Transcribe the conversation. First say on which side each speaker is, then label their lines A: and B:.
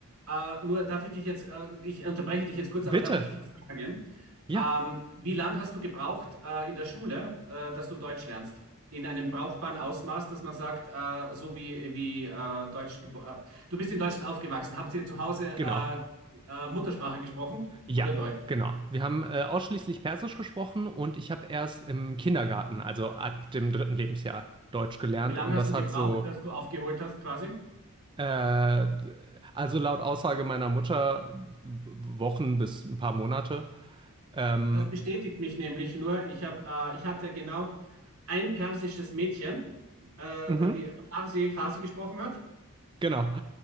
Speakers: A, on the right; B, on the right.
A: Äh, nur darf ich dich jetzt, äh, ich unterbreche dich jetzt kurz,
B: Bitte.
A: aber darf ich dich was fragen?
B: Ja,
A: Ähm, wie lange hast du gebraucht äh, in der Schule, äh, dass du Deutsch lernst? In einem brauchbaren Ausmaß, dass man sagt, äh, so wie, wie äh, Deutsch, gebo- äh, du bist in Deutschland aufgewachsen. Habt ihr zu Hause
B: genau.
A: äh, äh, Muttersprache gesprochen
B: Ja,
A: oder Deutsch?
B: genau. Wir haben äh, ausschließlich Persisch gesprochen und ich habe erst im Kindergarten, also ab dem dritten Lebensjahr, Deutsch gelernt
A: Und wie lange
B: und
A: hast
B: das
A: du gebraucht,
B: hat so
A: dass du aufgeholt hast quasi?
B: Äh, also laut Aussage meiner Mutter Wochen bis ein paar Monate. Ähm,
A: Das bestätigt mich nämlich nur. Ich hab, äh, ich hatte genau ein persisches Mädchen, äh,
B: mhm,
A: die Farsi, Farsi gesprochen hat.
B: genau.